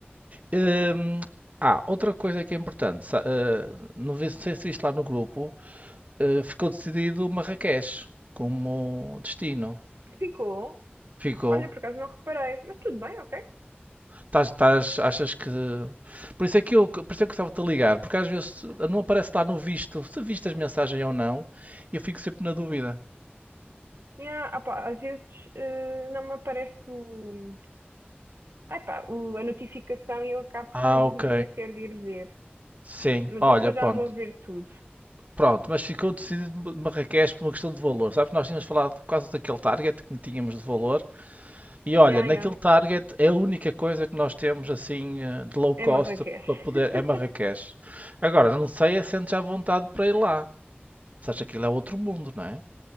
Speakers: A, on the right; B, on the right.
A: Hum, ah, outra coisa que é importante, sa- eh, não vi- não sei se viste lá no grupo, eh, ficou decidido Marrakech como destino.
B: Ficou.
A: Ficou,
B: Olha, por acaso não reparei. Mas tudo bem, ok?
A: Tás, tás- achas que. Por isso é que eu, por isso é que eu estava-te a ligar, porque às vezes não aparece lá no visto se viste as mensagens ou não, e eu fico sempre na dúvida.
B: Yeah. Ah, pá, às vezes eh, não me aparece o... Ah, pá, o- a notificação e eu acabo
A: Ah,
B: por me
A: ok.
B: esquecer de ir ver.
A: Sim,
B: Mas
A: olha,
B: eu depois
A: pronto.
B: já vou ver tudo.
A: Pronto, mas ficou decidido de Marrakech por uma questão de valor. Sabes, nós tínhamos falado por causa daquele target que tínhamos de valor. E olha,
B: Ya,
A: naquele
B: ya.
A: target é a única coisa que nós temos assim eh, de low cost
B: É Marrakech.
A: para poder.
B: <laughs>
A: É Marrakech. Agora, não sei é se sentes à vontade para ir lá. Sabes, aquilo é outro mundo, não é?